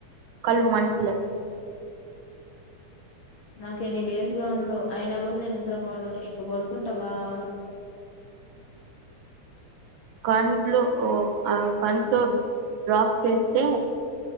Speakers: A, on the right; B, on the left.
A: కలు మణట్ల
B: నాకనీ లేేస్ గా ఉందో అయినా కూడా నేను నిద్ర పడను ఇంక పడుకుంటా బాగా
A: కంట్లో కంట్లో డ్రాప్ చేస్తే